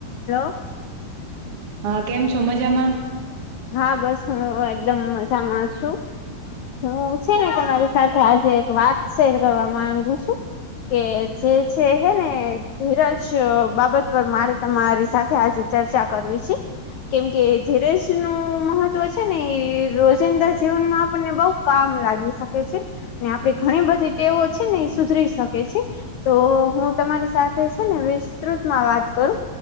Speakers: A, on the left; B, on the right.
A: હેલો.
B: હા, કેમ છો મજામાં?
A: હા, બસ હું એકદમ મજામાં છું. હું છે ને તમારી સાથે આજે એક વાત શેર કરવા માંગુ છું. કે જે છે હે ને ધીરજ બાબત મારે તમારી સાથે આજે ચર્ચા કરવી છે, કેમ કે ધીરેજ નું મહત્વ છે ને એ રોજિંદા જીવન માં આપણને બઉ કામ લાગી શકે છે. ને આપડી ઘણી બધી તેવું છે ને એ સુધરી શકે છે. તો હું તમારી સાથે છે ને વિસ્તૃતમાં વાત કરું.